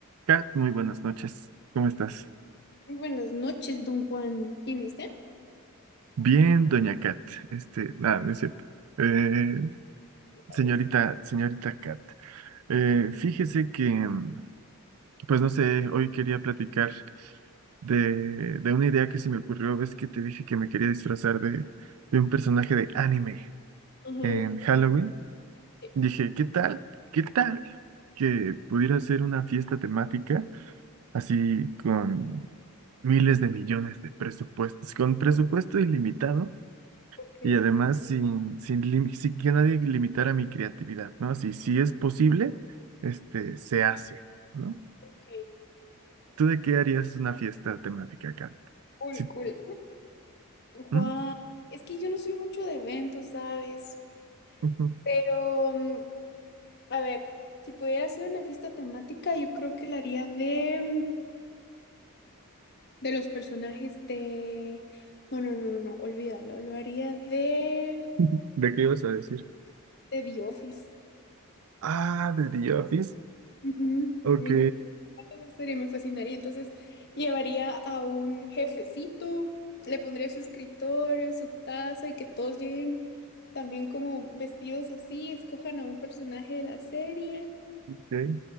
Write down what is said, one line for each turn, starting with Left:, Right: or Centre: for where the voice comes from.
Right: Kat, muy buenas noches. ¿Cómo estás?
Left: Muy buenas noches, don Juan. ¿Quién es está?
Right: Bien, doña Kat. Este, nada, no es cierto. Eh,
Left: A
Right: señorita,
Left: ver si-
Right: señorita Kat, eh, fíjese que, mm, pues no sé, hoy quería platicar de, de una idea que se me ocurrió. Ves que te dije que me quería disfrazar de, de un personaje de anime
Left: Ajá.
Right: en Halloween.
Left: Eh,
Right: Dije, ¿qué tal? ¿Qué tal? Que pudiera ser una fiesta temática así con miles de millones de presupuestos, con presupuesto ilimitado
Left: Ok,
Right: Y además sin, sin, lim- sin que nadie limitara mi creatividad, ¿no? Si, si es posible, este, se hace, ¿no?
Left: ok.
Right: ¿Tú de qué harías una fiesta temática acá?
Left: Cool,
Right: Sí.
Left: cool. Juan,
Right: ¿Mm?
Left: es que yo no soy mucho de eventos, ¿sabes?
Right: Ujú.
Left: Pero, mm, a ver, si pudiera hacer una fiesta temática, yo creo que la haría de, de los personajes de... No, no, no, no, no, olvídalo. Lo haría de,
Right: <laughs> ¿De qué ibas a decir?
Left: de The Office.
Right: Ah, de The Office.
Left: Ujú.
Right: Ok,
Left: Me Esa serie me fascinaría. Entonces, llevaría a un jefecito, le pondría su escritorio, su taza y que todos lleguen también como vestidos así, escojan a un personaje de la serie
Right: ok.